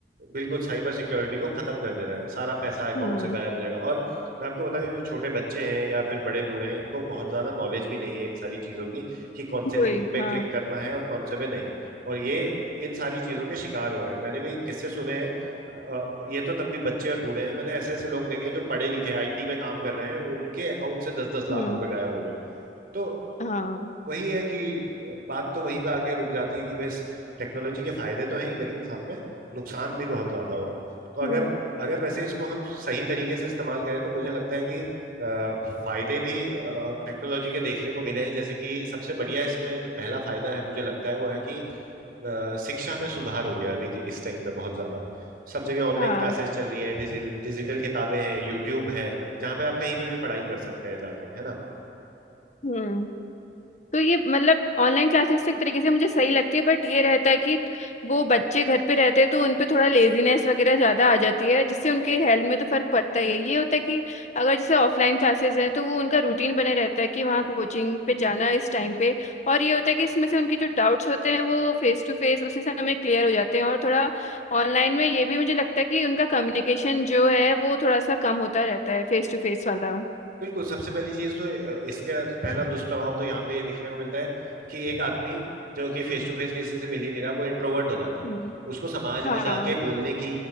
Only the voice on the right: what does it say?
बिल्कुल साइबर सिक्योरिटी को खत्म कर देना है सारा पैसा अकाउंट
से गायब हो जाएगा और मैं आपको बताऊं ये जो छोटे बच्चे हैं या फिर बड़े बूढ़े हैं इनको बहुत ज्यादा नॉलेज भी नहीं है इन सारी चीजों की कि कौन से लिंक
पे
क्लिक करना है और कौन से पे नहीं और ये इन सारी चीजों के शिकार हो रहे हैं मैंने भी किस्से सुने हैं अ, अ, ये तो तब भी बच्चे और बूढ़े हैं मैंने ऐसे ऐसे लोग देखे हैं जो पढ़े लिखे आईटी में काम कर रहे हैं उनके अकाउंट से दस दस लाख
रुपए गायब हो गए तो
वही है कि बात तो वहीं पे आके रुक जाती है कि बस टेक्नोलॉजी के फायदे तो हैं ही, लेकिन साथ में नुकसान भी बहुत ज्यादा हो रहे हैं तो अगर
अगर वैसे इसको हम सही तरीके से इस्तेमाल करें तो मुझे लगता है कि अ, फायदे भी टेक्नोलॉजी के देखने को मिले हैं जैसे कि सबसे बढ़िया इसमें जो पहला फायदा है मुझे लगता है वो है कि अ, शिक्षा में सुधार हो गया है अभी के- इस टाइम पे बहुत ज्यादा सब जगह ऑनलाइन
क्लासेस चल रही हैं डिजि, डिजिटल किताबें हैं यूट्यूब है जहाँ पे आप कहीं पे भी पढ़ाई कर सकते हैं जाके है ना
बिल्कुल सबसे पहली चीज तो अ, इसका पहला दुष्प्रभाव तो यहाँ पे ये देखने को मिलता है कि एक आदमी जो कि फेस टू फेस किसी से मिल ही नहीं रहा वो इंट्रोवर्ट हो जाता है
उसको समाज
में जाके बोलने की